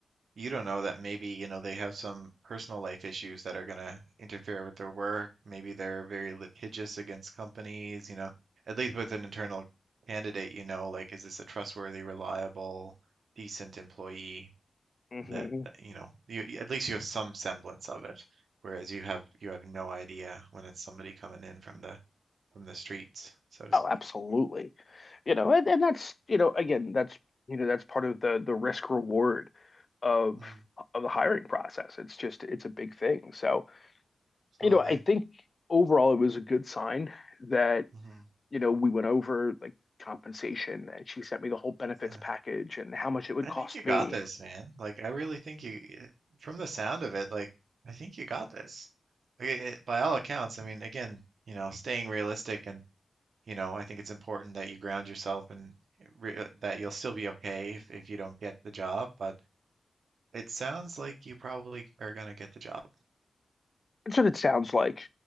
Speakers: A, on the right (about 80°); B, on the left (about 45°).
A: you don't know that maybe, you know, they have some personal life issues that are going to interfere with their work. Maybe they're very litigious against companies, you know. At least with an internal candidate, you know, like, is this a trustworthy, reliable, decent employee
B: hmm
A: that, that, you know, you, you- at least you have some semblance of it. Whereas you have you have no idea when it's somebody coming in from the from the streets, so to
B: Oh,
A: speak.
B: absolutely. You know, and, and that's, you know, again, that's, you know, that's part of the the risk reward of
A: Mm,
B: of the hiring process. It's just, it's a big thing. So,
A: absolutely.
B: you know, I think overall it was a good sign that
A: Mhm.
B: you know, we went over like compensation and she sent me the whole benefits
A: Yeah.
B: package and how much it would
A: I
B: cost
A: think you got
B: me.
A: this, man. Like, I really think you, y- eh, from the sound of it, like, I think you got this. Like, it, it- by all accounts, I mean, again, you know, staying realistic and, you know, I think it's important that you ground yourself and eh, re eh, that you'll still be okay if, if you don't get the job, but it sounds like you probably are gonna get the job.
B: That's what it sounds like,